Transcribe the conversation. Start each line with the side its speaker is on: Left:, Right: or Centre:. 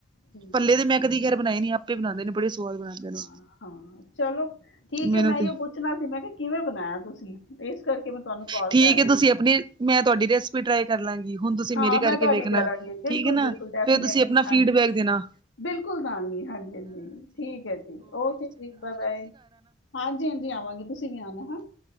Left: ਹਮ,
Right: ਪੱਲੇ ਦੇ ਮੈਂ ਕਦੀ ਖੈਰ ਬਣਾਈ ਨੀ ਆਪ ਬਣਾਂਦੇ ਨੇ ਬੜੇ ਸਵਾਦ ਬਣਾਂਦੇ ਨੇ।
Left: ਹਾਂ ਹਾਂ ਚਲੋ। ਠੀਕ
Right: ਮੈਨੂੰ
Left: ਐ ਮੈਂ
Right: ਤੇ
Left: ਇਹੀਓ ਪੁੱਛਣਾ ਸੀ ਮੈਂ ਕਿਹਾ ਕਿਵੇਂ ਬਣਾਇਆ ਤੁਸੀਂ ਇਸ ਕਰਕੇ ਮੈਂ ਤੁਹਾਨੂੰ ਕਾਲ
Right: ਠੀਕ
Left: ਕਰ
Right: ਹੈ
Left: ਰੀ
Right: ਤੁਸੀਂ
Left: ਸੀ।
Right: ਆਪਣੀ ਮੈਂ ਤੁਹਾਡੀ ਰੈਸ ਟ੍ਰਈ ਕਰ ਲਾਂਗੀ, ਹੁਣ ਤੁਸੀਂ,
Left: ਹਾਂ
Right: ਮੇਰੇ ਕਰਕੇ
Left: ਮੈਂ ਤੁਹਾਡੀ
Right: ਵੇਖਣਾ,
Left: ਕਰਾਂਗੀ ਬਿਲਕੁਲ
Right: ਠੀਕ ਹੈ, ਨਾ
Left: ਬਿਲਕੁਲ ਡੈਫੀਨੇਟ
Right: ਫੇਰ ਤੁਸੀਂ ਆਪਣਾ
Left: ਜੀ ਹਾਂਜੀ
Right: ਫੀਡਬੈਕ ਦੇਣਾ
Left: ਬਿਲਕੁਲ, ਤਾਂ ਹੀ ਹਾਂਜੀ -ਹਾਂਜੀ ਠੀਕ ਹੈ ਜੀ। ਓਕੇ ਜੀ, ਬਾਏ- ਬਾਏ, ਹਾਂਜੀ -ਹਾਂਜੀ, ਆਵਾਂਗੇ, ਤੁਸੀਂ ਵੀ ਆਉਣਾ ਹਾਂ।